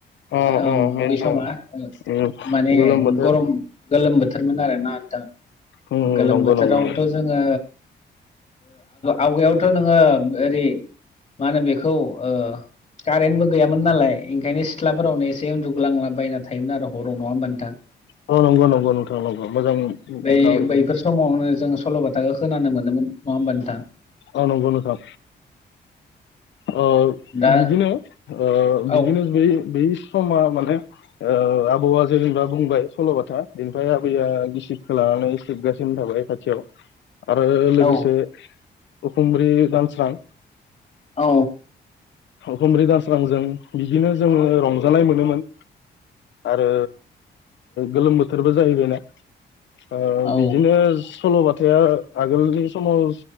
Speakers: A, on the left; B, on the left.
A: अ
B: ओं
A: अ
B: बबे
A: मेन
B: समा
A: उम
B: माने
A: गोलोम बोथोर
B: गरम गोलोम बोथोर मोन आरोना नोंथां
A: उम
B: गोलोम
A: नंगौ
B: बोथोरावथ'
A: नंगौ नंगौ
B: जोङो आवगायावथ' नोङो ओरै मा होनो बेखौ ओ कारेन्टबो गैयामोन नालाय ओंखायनो सिथ्लाफोरावनो एसे उन्दुग्लांलाबायायना थायोमोन आरो हराव नङा ओमबा नोंथां
A: औ नंगौ नंगौ नोंथां नंगौ मोजां नोंथां
B: बे बैफोर समावनो जों सल'बा थाखाखौ खोनानो मोनोमोन। नङा होनबा नोंथां
A: ओ नंगौ नोंथां ओ
B: दा
A: बिदिनो ओ
B: औ
A: बिदिनो बै बै समा माने ओ आबौआ जेनेबा बुंबाय सल'बाथा बेनिफ्राय आबैया गिसिबखौ लानानै सिबगासिनो। खाथियाव आरो लोगोसे
B: औ
A: उखुंब्रि दानस्रां
B: औ
A: खुमब्रि दास्रांजों बिदिनो जोङो रंजानाय मोनोमोन। आरो गोलोम बोथोरबो जाहैबायना ओ
B: औ
A: बिदिनो सल'बथाया आगोलनि समाव